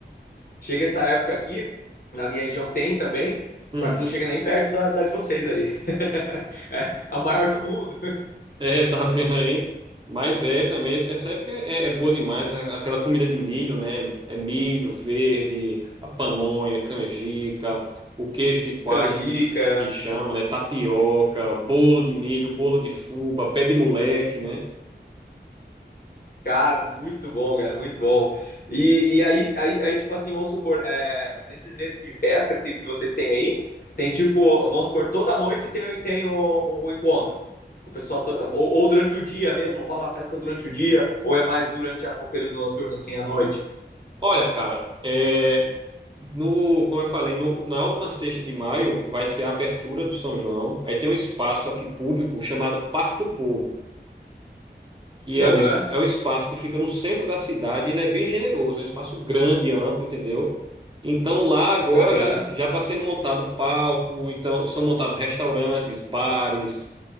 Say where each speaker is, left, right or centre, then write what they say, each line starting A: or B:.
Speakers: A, on the left; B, on the right.
A: chega essa época aqui, na minha região tem também, só
B: Hum.
A: que não chega nem perto da, da de vocês aí. <laughs> É a maior do mundo.
B: É, <laughs> tá vendo aí? Mas é também, essa época é, é boa demais, a- aquela comida de milho, né? É milho verde, a pamonha, canjica, o queijo de coalho
A: Canjica,
B: que, ch- que chama, né? Tapioca, bolo de milho, bolo de fubá, pé de moleque, né?
A: Cara, muito bom, cara, muito bom. E, e aí, aí, aí, tipo assim, vamos supor, é, nesses meses de festa que, que vocês têm aí, tem tipo, vamos supor, toda noite tem, tem o, o, o encontro com o pessoal, toda, ou, ou durante o dia mesmo, rola a festa durante o dia, ou é mais durante a- o período noturno, assim, à noite?
B: Olha, cara, é, no, como eu falei, no, na última sexta de maio vai ser a abertura do São João. Aí tem um espaço aqui público chamado Parque do Povo. que
A: Aham,
B: é um, es- é um espaço que fica no centro da cidade, ele é bem generoso, é um espaço grande, amplo, entendeu? Então lá agora
A: aham,
B: já já está sendo montado palco, então são montados restaurantes, bares,